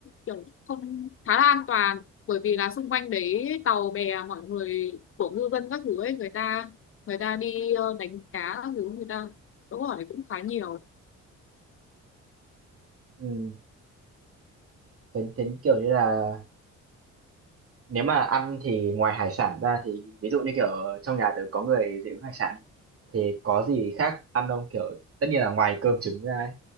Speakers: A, on the left; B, on the right.
A: kiểu không khá là an toàn bởi vì là xung quanh đấy tàu bè mọi người của ngư dân các thứ ấy người ta người ta đi ờ, đánh cá các thứ người ta đỗ ở đấy cũng khá nhiều
B: Ừ. Thế, thế kiểu như là nếu mà ăn thì ngoài hải sản ra thì ví dụ như kiểu trong nhà tớ có người dị ứng hải sản ấy, thì có gì khác ăn không? Kiểu tất nhiên là ngoài cơm trứng ra ấy,